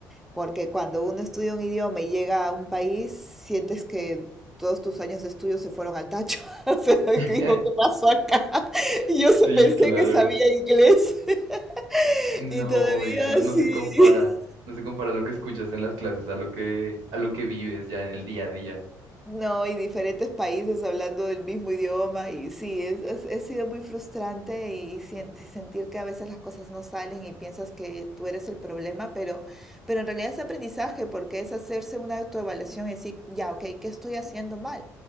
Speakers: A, in the centre; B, on the right.
A: Porque cuando uno estudia un idioma y llega a un país, sientes que todos tus años de estudio se fueron al tacho. <laughs> O sea,
B: <laughs>
A: que dijo, ¿qué pasó acá? <laughs> Y
B: Sí,
A: yo se- pensé
B: claro.
A: que sabía inglés <laughs>
B: No,
A: y todavía
B: oye, no, no
A: sí.
B: se compara, no se compara lo que escuchas en las clases a lo que, a lo que vives ya en el día a día.
A: No, y diferentes países hablando del mismo idioma, y sí, es, es- ha sido muy frustrante y, sien- sentir que a veces las cosas no salen y piensas que tú eres el problema, pero, pero en realidad es aprendizaje porque es hacerse una autoevaluación y decir, ya, ok, ¿qué estoy haciendo mal?